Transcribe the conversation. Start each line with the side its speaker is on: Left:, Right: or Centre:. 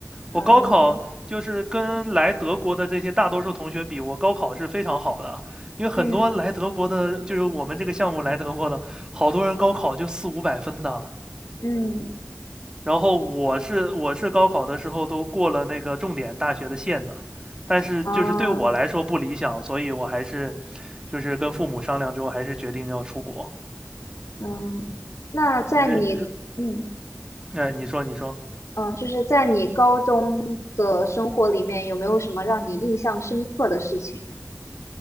Left: 啊，
Right: 我高考就是跟来德国的这些大多数同学比，我高考是非常好的啊，因为很多来德国的，
Left: 嗯
Right: 就是我们这个项目来德国的，好多人高考就四五百分的。
Left: 嗯
Right: 然后我是我是高考的时候都过了那个重点大学的线的，但是就是对我来说不理想，
Left: 啊
Right: 所以我还是就是跟父母商量之后，还是决定要出国。
Left: 嗯，那在你嗯
Right: 就是，呃，你说你说
Left: 嗯，就是在你高中的生活里面，有没有什么让你印象深刻的事情？